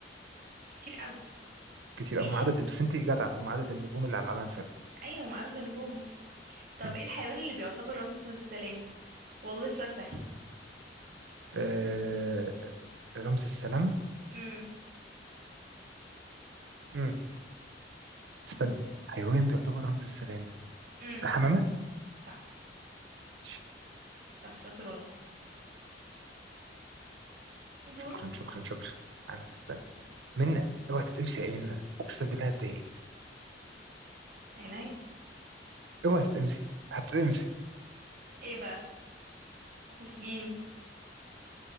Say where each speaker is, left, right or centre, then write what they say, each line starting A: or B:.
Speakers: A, on the right (about 55°); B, on the right (about 80°).
A: كتير قوي
B: كتير
A: ماشي
B: أوي. هم عدد بس انت جدعة هم عدد النجوم اللي على العالم فعلا
A: ايوه مع عدد النجوم طب
B: مم.
A: ايه الحيوان اللي بيعتبر رمز السلام والله سؤال سهل
B: آه رمز السلام
A: امم
B: مم. استنى حيوان بيعتبر رمز السلام
A: امم
B: الحمامة
A: صح
B: ش-
A: صح شاطر والله دورك
B: شكرا شكرا شكرا أنا استنى منا اوعى تتقمصي يا منا أقسم بالله هتضايق
A: عينيا
B: اوعى تتقمصي هتتقمصي
A: ايه بقى اشجيني